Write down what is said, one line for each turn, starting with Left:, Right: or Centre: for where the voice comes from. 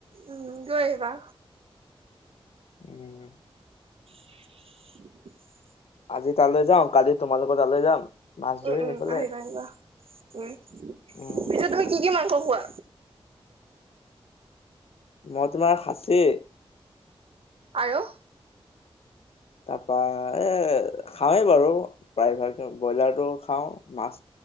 Right: উম গৈ আহিবা
Left: উম
Right: <unintelligible>
Left: আজি তালৈ যাওঁ কালি তোমালোক তালৈ যাম মাছ ধৰিম
Right: উম উম
Left: এইফালে
Right: আহিবা আহিবা উম
Left: উম।
Right: পিছে তুমি কি কি মাংস কোৱা
Left: মই তোমাৰ খাচী
Right: আৰু
Left: তাৰপা এ খাৱে বাৰু প্ৰায়ভাগ ব্ৰইলাৰটো খাওঁ মাছ